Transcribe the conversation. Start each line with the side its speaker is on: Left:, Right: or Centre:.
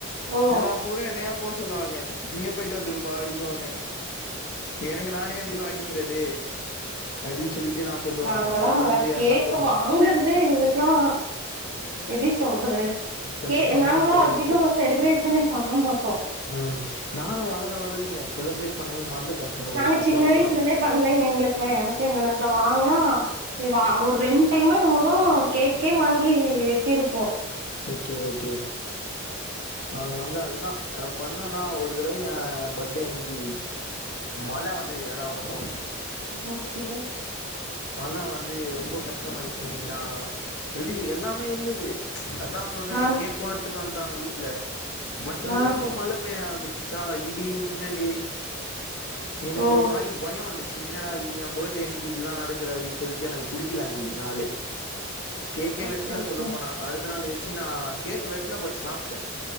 Right: ஓ
Left: ஏனா அப்ப கூட என்னயா போ சொல்லுவாங்க நீயே போய்ட்டு வந்துருப்பா அப்டின்னுவாங்க எனக்கு நானே எப்டி வாங் க்கிறது அப்டின்னு சொல்லிட்டு நா சொல்லுவே
Right: நாங்கல்லா
Left: அப்புறமா வந்து யாருன்னா
Right: கேக்கு
Left: போங்க
Right: வாங்கறதே எங்ளுக்குல்லா எப்டி சொல்றது
Left: கஷ்டந்தா
Right: கே நாங்கள
Left: போல
Right: அதிகோ
Left: அப்போ
Right: செலிப்ரேஷனே பண்ண மாட்டோ
Left: ம் நானு வளர வளரங்க செலிப்ரேட் பண்ணவே மறந்துட்டே சொல்ல
Right: நாங்க
Left: போனா
Right: சின்ன
Left: ப்ராப்பரா
Right: வயசுல இருந்தே பண்ணலைங்க எங்களுக்கெல்லா எனக்கு எங்கண்ணணக்கு வாங்னா வா ஒரு ரெண் டைமோ என்னமோதா கேக்கே வாங்கி வெட்டியிருப்போ
Left: ஓகே ஓகே நாங் வந்து அதுதா பா என்னன்னா ஒரு தடவ ய எ பட்டே அன்ணிக்கி மழ வந்தது ஏடா கூடுமா
Right: ம் செ
Left: மழ வந்து ரொம்ப கஷ்டமாயிடுச்சு அண்ணிக்குனா எப்டி எல்லாமே இருந்தது அதா சொல்றனே
Right: ஆ
Left: கேக்குவ எடுத்துட்டு வண்டாங்க வீட்ல பட் வந்து
Right: ஆ
Left: ரொம்ப மழ பேய ஆரம்பிச்சுச்சா இடி மின்னலு எனக்கு
Right: ஓ
Left: ஒரு மாரி பயோ வந்து சி என்னடா இது ஏன் பர்டே அன்னிக்கு இப்புலா நடக்குது அப்டின்னு சொல்லிட்டு எனக்கு புடிக்கல அன்னைக்கு நாளே கேக்கே
Right: ஓகே
Left: வெட்ல
Right: ஓகே
Left: சொல்ல போனா த்த நாள் வச்சு நா கேக் வெட்ல பட் சாப்ட்டுட்டே